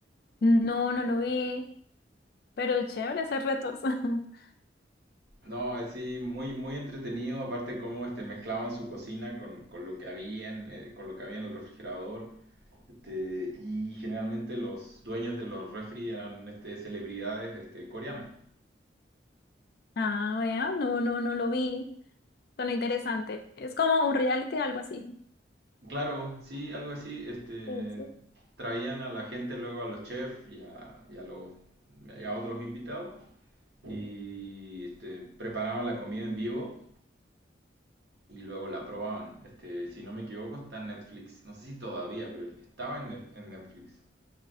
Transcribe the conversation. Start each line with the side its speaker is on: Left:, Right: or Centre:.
Left: No, no lo vi, pero chévere esos retos. <laughs>
Right: No, es sí, muy, muy entretenido, aparte cómo este, mezclaban su cocina con, con lo que había en, eh, con lo que había en el refrigerador. Este, y generalmente los dueños de los refri eran este, celebridades este, coreanas.
Left: Ah, vea, no, no, no lo vi. Suena interesante. Es como un reality, algo así.
Right: Claro, sí, algo así. Este,
Left: Sí, sí.
Right: traían a la gente luego a los chefs y a, y a los, y a otros invitados y este, preparaban la comida en vivo y luego la probaban. Este, si no me equivoco, está en Netflix. No sé si todavía, pero estaba en, Net- en Netflix.